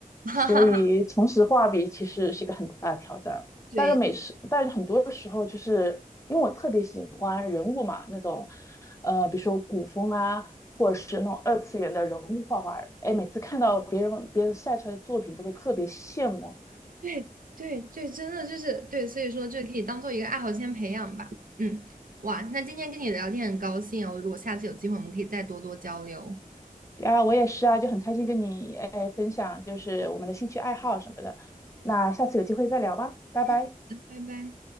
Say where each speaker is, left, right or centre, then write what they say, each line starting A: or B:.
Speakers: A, on the right; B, on the left.
A: <laughs> 哈哈哈
B: 所以重拾画笔其实是一个很大的挑战。
A: <laughs>，对
B: 但是每次，但是很多时候就是因为我特别喜欢人物嘛，那种呃，比如说古风啊，或者是那种二次元的人物画画，哎，每次看到别人别人晒出来的作品，都会特别羡慕，
A: 对对对，真的就是对，所以说就可以当做一个爱好先培养吧。嗯，哇，那今天跟你聊天很高兴哦，如果下次有机会，我们可以再多多交流。
B: 啊，我也是啊，就很开心跟你哎分享，就是我们的兴趣爱好什么的。那下次有机会再聊吧，拜拜。
A: 嗯，拜拜。